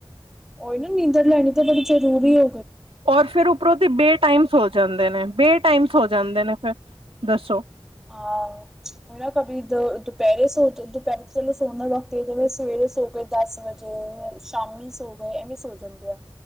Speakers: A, in the centre; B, on the right (about 75°).
A: ਉਹੀ ਨਾ ਨੀਂਦਰ ਲੈਣੀ ਤਾਂ ਬੜੀ ਜ਼ਰੂਰੀ ਏ।
B: ਔਰ ਫਿਰ ਉਪਰੋਂ ਦੇ ਬੇ ਟਾਈਮ ਸੌ ਜਾਂਦੇ ਨੇ, ਬੇ ਟਾਈਮ ਸੌ ਜਾਂਦੇ ਨੇ ਫਿਰ ਦੱਸੋ।
A: ਆ ਹ। <unintelligible> ਕਭੀ ਦ ਦੁਪਹਿਰੇ ਸੋ ਦੁਪਹਿਰੇ ਚਲੋ ਸੋਨ ਵਕਤ ਜਿਵੇਂ ਸਵੇਰੇ ਸੋ ਕੇ ਦਸ ਵਜੇ ਸ਼ਾਮੀ ਸੋ ਗਏ ਐਵੇਂ ਸੋ ਜਾਂਦੇ ਆ।